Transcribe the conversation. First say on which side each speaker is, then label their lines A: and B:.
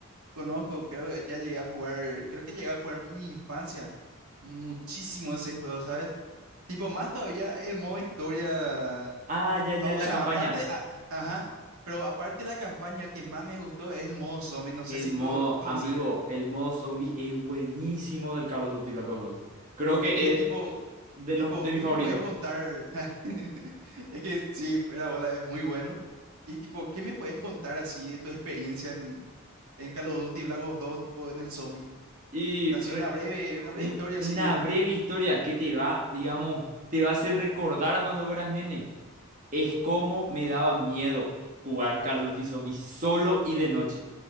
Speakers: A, on the right; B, on the right.
A: Conozco, creo que ya llegué a jugar, creo que llegué a jugar en mi infancia muchísimo ese juego, ¿sabes? Tipo, más todavía el modo historia. a-
B: Ah, ya, ya,
A: O
B: la
A: sea,
B: campaña.
A: aparte, a- ajá, pero aparte de la campaña, el que más me gustó es el modo zombie, no
B: El
A: sé si
B: modo,
A: co- conoces.
B: amigo, el modo zombie es buenísimo del Call of Duty Black Ops dos. Creo que
A: Y que tipo,
B: es de
A: tipo,
B: los de
A: ¿qué
B: mis
A: me
B: favoritos.
A: puedes contar? <laughs> Es que sí, fuera bola, es muy bueno. Y tipo, ¿qué me puedes contar así de tu experiencia en, en Call of Duty Black Ops dos, tipo en el zombie?
B: Y
A: Así
B: re-
A: una breve, una breve
B: un-
A: historia
B: una
A: así de.
B: breve historia que te va, digamos, te va a hacer recordar a cuando eras nene. Es como me daba miedo jugar Call of Duty Zombies solo y de noche.